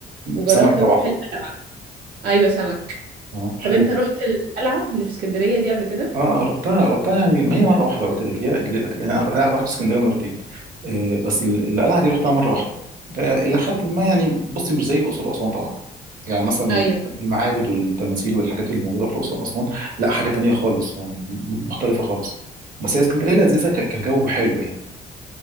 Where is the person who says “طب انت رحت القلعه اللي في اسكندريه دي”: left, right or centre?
Right